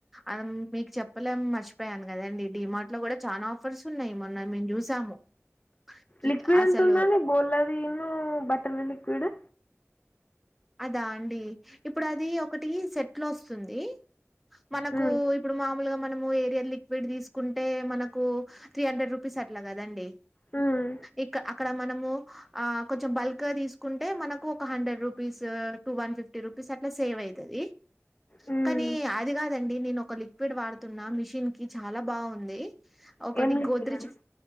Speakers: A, in the centre; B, on the left.
A: ఆమ్ మీకు చెప్పలేం మర్చిపోయా నన్ కదండి. డిమార్ట్ లో కూడా చానా ఆఫర్స్ ఉన్నాయ్ మొన్న మేమ్ జూసాము. కి
B: లిక్విడ్
A: అసలు
B: ఎంతుందండి బోలాదిను బట్టల లిక్విడు
A: అదా అండి. ఇప్పుడు అది ఒకటి సెట్లో వస్తుంది. మనకు
B: హ్మ్
A: ఇప్పుడు మామ్ ఉల్గా మనము ఏరియార్ లిక్విడ్ తీసుకుంటే మనకు త్రీ హండ్రెడ్ రూపీస్ అట్లా కదండి.
B: హ్మ్
A: ఇక్కా అక్కడ మనము ఆ కొంచెం బల్కగా తీసుకుంటే మనకు ఒక హండ్రెడ్ రూ పిసో టూ వన్ ఫిఫ్టీ రూపీస్ అట్లా సేవ్ అయితది.
B: హ్మ్
A: కానీ అది గాదండి నేనో ఒక లిక్విడ్ వాడుతున్న మిషిన్ కి చాలా బావుంది. ఒకటి
B: ఏం లిక్విడ్
A: గోద్రేజడ్
B: అండి